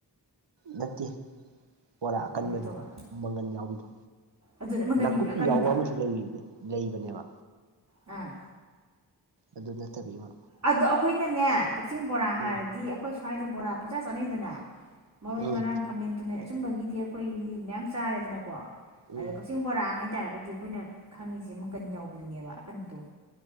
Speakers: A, on the right; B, on the right.
A: ꯅꯠꯇꯦ ꯕꯣꯔꯥ ꯑꯀꯟꯕꯗꯣ
B: ꯀꯃꯥꯏꯅ ꯇꯧꯕ
A: ꯃꯪꯒꯟ ꯌꯥꯎꯕꯤꯗꯣ
B: ꯑꯗꯨꯅꯦ ꯃꯪꯒꯟ
A: ꯅꯥꯀꯨꯞꯄꯤ
B: ꯌꯧꯕꯤ ꯑꯀꯟꯕꯗꯣ
A: ꯌꯥꯎꯕ ꯑꯃꯁꯨ ꯂꯩ ꯂꯩꯕꯅꯦꯕꯥ
B: ꯑꯥ
A: ꯑꯗꯨ ꯅꯠꯇꯕꯤ ꯑꯃ
B: ꯑꯗꯣ ꯑꯈꯣꯏꯅꯅꯦ ꯀꯥꯛꯆꯤꯡ ꯕꯣꯔꯥ ꯍꯥꯏꯔꯗꯤ
A: ꯎꯝ
B: ꯑꯈꯣꯏ ꯁ꯭ꯋꯥꯏꯗ ꯕꯣꯔꯥ ꯄꯨꯆꯥ ꯆꯥꯅꯩꯗꯅ ꯃꯔꯣꯏ
A: ꯎꯝ
B: ꯃꯔꯥꯡ ꯈꯥꯃꯦꯟ ꯇꯨꯃꯦꯟ ꯑꯁꯨꯝꯕꯒꯤꯗꯤ ꯑꯈꯣꯏꯒꯤ ꯃꯌꯥꯝ ꯆꯥꯔꯦꯗꯅꯀꯣ
A: ꯎꯝ
B: ꯑꯗ ꯀꯥꯛꯆꯤꯡ ꯕꯣꯔꯥ ꯍꯥꯏ ꯇꯥꯔꯒꯗꯤ ꯑꯈꯣꯏꯅ ꯈꯪꯉꯤꯖꯦ ꯃꯪꯒꯟ ꯌꯥꯎꯕꯤꯗꯨꯅꯦꯕ ꯑꯀꯟꯕꯗꯣ